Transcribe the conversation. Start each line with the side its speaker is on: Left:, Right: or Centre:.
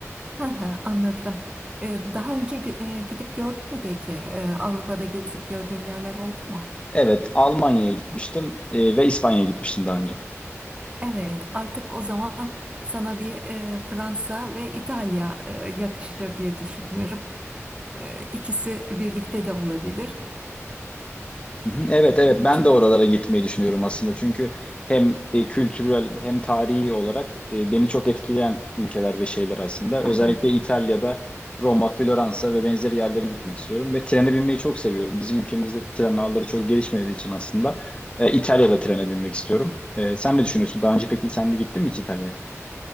Right: <laughs> Anladım. E, Daha önce gö- e, gidip gördün mü peki? E, Avrupa'da gezip gördüğün yerler oldu mu?
Left: Evet, Almanya'ya gitmiştim e, ve İspanya'ya gitmiştim daha önce.
Right: Evet, artık o zaman sana bir e, Fransa ve İtalya e, yakışır diye düşünüyorum. E, ikisi birlikte de olabilir.
Left: Hı hı, Evet,
Right: E,
Left: evet ben
Right: çünkü
Left: de oralara gitmeyi düşünüyorum aslında. Çünkü hem e, kültürel hem tarihi olarak e, beni çok etkileyen ülkeler ve şeyler aslında.
Right: <laughs>
Left: Özellikle İtalya'da Roma, Floransa ve benzeri yerlere gitmek istiyorum ve trene binmeyi çok seviyorum. Bizim ülkemizde tren ağları çok gelişmediği için aslında e, İtalya'da trene binmek istiyorum. E, sen ne düşünüyorsun? Daha önce peki sen de gittin mi hiç İtalya'ya?